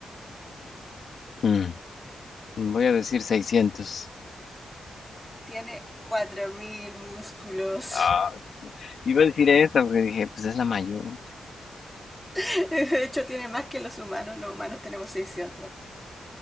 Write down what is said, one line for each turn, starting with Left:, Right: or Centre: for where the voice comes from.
Left: Mm, Voy a decir seiscientos
Centre: Tiene 4000 músculos.
Left: Ah, iba a decir esa porque dije, pues es la mayor.
Centre: <laughs> De hecho, tiene más que los humanos. Los humanos tenemos 600.